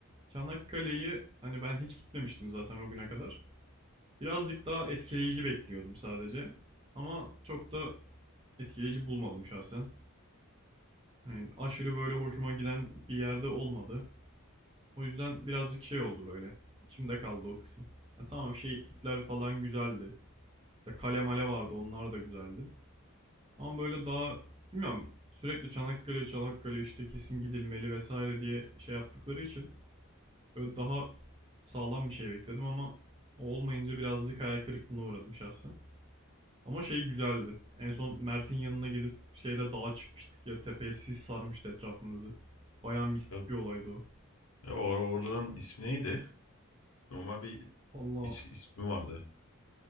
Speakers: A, on the right; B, on the left.
A: Çanakkale'yi hani ben hiç gitmemiştim zaten o güne kadar. Birazcık daha etkileyici bekliyordum sadece. Ama çok da etkileyici bulmadım şahsen. Yani aşırı böyle hoşuma giden bir yerde olmadı. O yüzden birazcık şey oldu böyle. İçimde kaldı o kısım. Ha tamam şehitlikler falan güzeldi. İşte kale male vardı onlar da güzeldi. Ama böyle daha bilmiyorum sürekli Çanakkale Çanakkale işte kesin gidilmeli vesaire diye şey yaptıkları için Böyle daha sağlam bir şey bekledim ama o olmayınca birazcık hayal kırıklığına uğradım şahsen. Ama şey güzeldi. En son Mert'in yanına gidip şeyde dağa çıkmıştık ya tepeye sis sarmıştı etrafımızı. Bayağı mistik
B: Ya,
A: bir olaydı o.
B: ya or- oradan ismi neydi? Normal bir
A: Valla
B: is- ismi vardı.